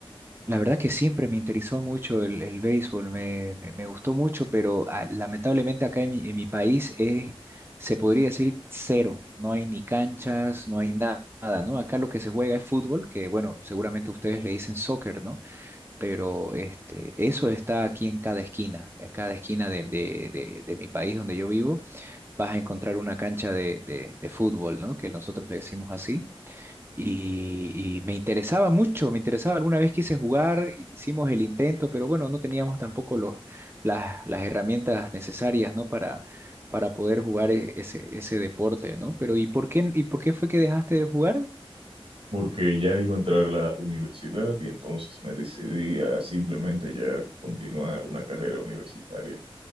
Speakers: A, on the right; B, on the right.
A: La verdad que siempre me interesó mucho el, el béisbol, me, me- me gustó mucho, pero ah, lamentablemente acá en mi, en mi país es, se podría decir cero, no hay ni canchas, no hay nada, ¿no? Acá lo que se juega es fútbol, que bueno, seguramente ustedes le dicen soccer, ¿no? Pero este, eso está aquí en cada esquina, en cada esquina de, de- de- de mi país donde yo vivo, vas a encontrar una cancha de, de de fútbol, ¿no? Que nosotros le decimos así. Y, y me interesaba mucho, me interesaba. Alguna vez quise jugar, hicimos el intento, pero bueno, no teníamos tampoco los, las, las herramientas necesarias, ¿no? Para, para poder jugar e- ese, ese deporte, ¿no? Pero ¿y por qué, y por qué fue que dejaste de jugar?
B: porque ya iba a entrar a la universidad y entonces me decidí a simplemente ya continuar una carrera universitaria.